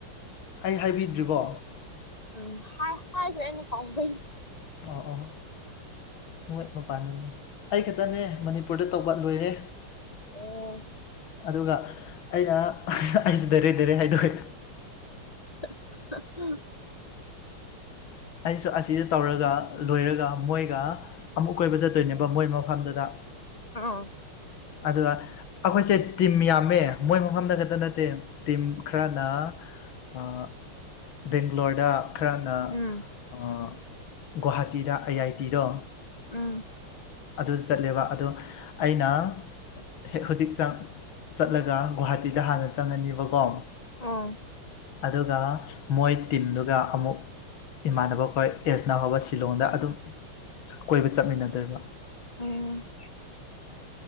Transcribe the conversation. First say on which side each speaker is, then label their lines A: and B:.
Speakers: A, on the left; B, on the left.
A: ꯑꯩ ꯍꯥꯏꯕꯤꯗ꯭ꯔꯤꯕꯣ
B: ꯎꯝ ꯍꯥꯏ ꯍꯥꯏꯈ꯭ꯔꯦ ꯉꯁꯥꯢꯒꯩꯅ
A: ꯑꯣ ꯑꯣ ꯃꯣꯏ ꯃꯄꯥꯥꯟꯗꯅꯦ ꯑꯩꯈꯛꯇꯅꯦ ꯃꯅꯤꯄꯨꯔꯗ ꯇꯧꯕ ꯂꯣꯏꯔꯦ
B: ꯑꯣꯑꯣ
A: ꯑꯗꯨꯒ ꯑꯩꯅꯥ ꯑꯩꯁ ꯗꯥꯏꯔꯦꯛ- ꯗꯥꯢꯔꯦꯛ ꯍꯥꯏꯗꯣꯛꯑꯦ
B: UNINTELLIGIBLE
A: ꯑꯩꯁꯨ ꯑꯁꯤꯖꯨ ꯇꯧꯔꯒꯥ ꯂꯣꯏꯔꯒꯥ ꯃꯣꯏꯒꯥ ꯑꯃꯨꯛ ꯀꯣꯏꯕ ꯆꯠꯇꯣꯏꯅꯦꯕ ꯃꯣꯏ ꯃꯐꯝꯗꯨꯗ
B: INAUDIBLE
A: ꯑꯗꯨꯒ ꯑꯩꯈꯣꯏꯁꯦ ꯇꯤꯝ ꯌꯥꯝꯃꯦ ꯃꯣꯏ ꯃꯐꯝꯗ ꯈꯛꯇ ꯅꯠꯇꯦ ꯇꯤꯝ ꯈꯔꯅ ꯑꯥ ꯕꯦꯡꯒ꯭ꯂꯣꯔꯗ ꯈꯔꯅ
B: ꯎꯝ
A: ꯑꯥ ꯒꯨꯍꯥꯇꯤꯗ ꯑꯥꯏ ꯑꯥꯏ ꯇꯤꯗꯣ
B: ꯎꯪ
A: ꯑꯗꯨꯗ ꯆꯠꯂꯦꯕ ꯑꯗꯣ ꯑꯩꯅ ꯍꯦꯛ ꯍꯧꯖꯤꯛ ꯆꯥꯛ ꯆꯠꯂꯒ ꯒꯨꯍꯥꯇꯤꯗ ꯍꯥꯟꯅ ꯆꯪꯉꯅꯤꯕꯀꯣ
B: INAUDIBLE
A: ꯑꯗꯨꯒ ꯃꯣꯏ ꯇꯤꯝꯗꯨꯒ ꯑꯃꯨꯛ ꯏꯃꯥꯟꯅꯕꯈꯣꯏ ꯑꯦꯖꯅꯥ ꯍꯧꯕ ꯁꯤꯂꯣꯡꯗ ꯑꯗꯨꯝ ꯀꯣꯏꯕ ꯆꯠꯃꯤꯟꯅꯗꯣꯏꯕ
B: INAUDIBLE